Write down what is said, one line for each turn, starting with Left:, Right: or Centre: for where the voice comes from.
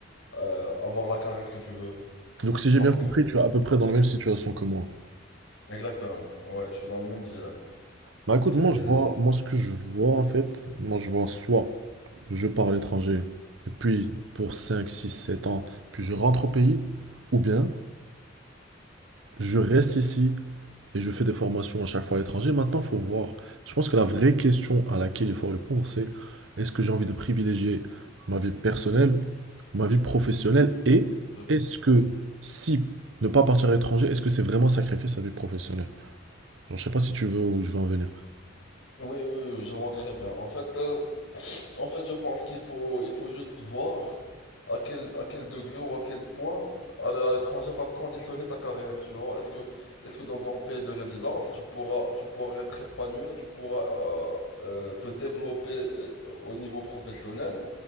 Left: euh, avoir la carrière que tu veux.
Right: Donc si j'ai
Left: Parce
Right: bien compris,
Left: que,
Right: tu es à peu près dans la même situation que moi.
Left: exactement, ouais, je suis dans le même dilemme.
Right: Bah écoute,
Left: Et-
Right: moi je vois, moi ce que je vois en fait, moi je vois soit je pars à l'étranger, et puis pour 5, 6, 7 ans, puis je rentre au pays, ou bien je reste ici et je fais des formations à chaque fois à l'étranger. Maintenant, faut voir. Je pense que la vraie question à laquelle il faut répondre, c'est est-ce que j'ai envie de privilégier ma vie personnelle ou ma vie professionnelle, et
Left: oui,
Right: est-ce que si ne pas partir à l'étranger, est-ce que c'est vraiment sacrifier sa vie professionnelle? Bon, Je sais pas si tu veux où je veux en venir.
Left: oui, oui, je vois très bien. En fait, euh, En fait, je pense qu'il faut, il faut juste voir à quel, à quel degré ou à quel point aller à l'étranger va conditionner ta carrière, tu vois. Est-ce que, est-ce que dans ton pays de résidence, tu pourras, tu pourras être épanoui, tu pourras euh, euh, te développer euh, au niveau professionnel?